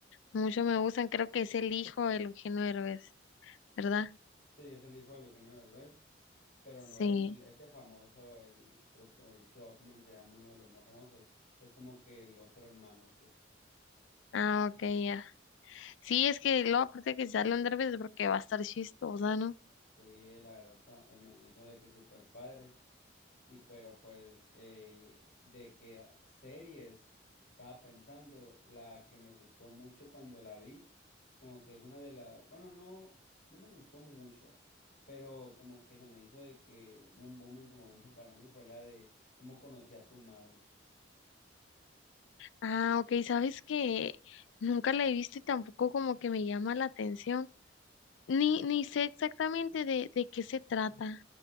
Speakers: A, on the left; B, on the left.
A: Mucho me gustan, creo que es El Hijo de Eugenio Derbez, ¿verdad?
B: Sí, es el hijo de Eugenio Derbez. Pero
A: Sí.
B: no el, este famoso, el, creo que Mauricio Ockman se llama uno de los más famosos. Es como que el otro hermano, pues.
A: Ah, ok, ya. Sí, es que luego aparte que sale un derbez porque va a estar chistosa, ¿no?
B: Sí, la verdad está, eh, me me hizo de que súper padre. Y pero pues, eh, de que series estaba pensando, la que me gustó mucho cuando la vi, como que es una de las, bueno, no, no me gustó mucho, pero como que se me hizo de que un boom en su momento <laughs> para mí fue la de cómo conocí a tu madre.
A: Ah, ok, sabes que nunca la he visto y tampoco como que me llama la atención. Ni, ni sé exactamente de, de qué se trata.